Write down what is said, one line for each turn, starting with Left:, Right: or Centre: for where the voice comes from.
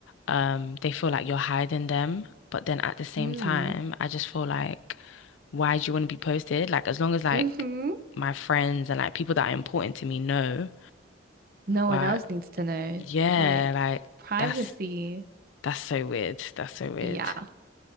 Left: um, they feel like you're hiding them, but then at the same
Right: Mm.
Left: time, I just feel like, why do you want to be posted? Like, as long as like
Right: Mm-hmm.
Left: my friends and like people that are important to me know,
Right: No
Left: but
Right: one else needs to know.
Left: yeah,
Right: Like,
Left: like
Right: privacy.
Left: that's that's so weird. That's so weird.
Right: Yeah.